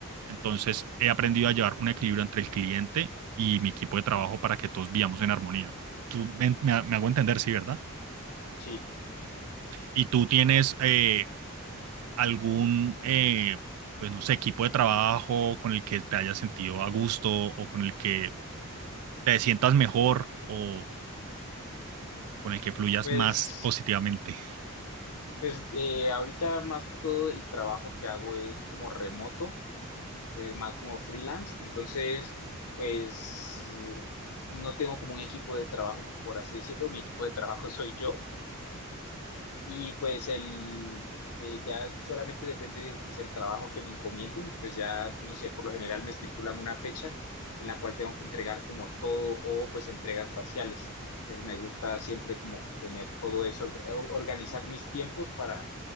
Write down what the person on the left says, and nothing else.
Sí,
pues,
pues eh, ahorita más que todo el trabajo que hago es como remoto, eh, más como freelance, entonces pues eh, no tengo como un equipo de trabajo, por así decirlo, mi equipo de trabajo <laughs> soy yo. y pues el eh, ya solamente depende de pues el trabajo que me encomienden y pues ya no sé, por lo general me estipulan una fecha en la cual tengo que entregar como todo o pues entregas parciales. Entonces me gusta siempre como tener todo eso, or- organizar mis tiempos para